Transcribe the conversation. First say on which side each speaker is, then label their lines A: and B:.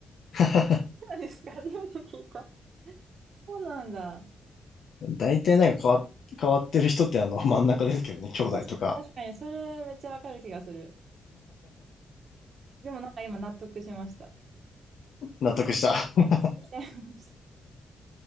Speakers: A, on the left; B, on the right.
A: <laughs>
B: うなんですか初めて聞いた。そうなんだ。
A: 大体なんか変わっ、変わってる人ってあの、真ん中ですけどね、兄弟とか。
B: 確かに、確かにそれめっちゃわかる気がする。でもなんか今納得しました。
A: 納得した。<laughs>
B: 納得しちゃいました。